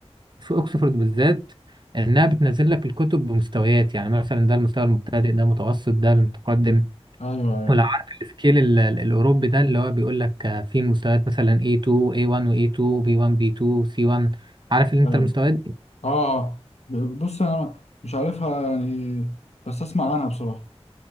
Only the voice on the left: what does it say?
ايوه ايوه
ايوه
اه ب- بص انا مش عارفها يعني بس اسمع عنها بصراحه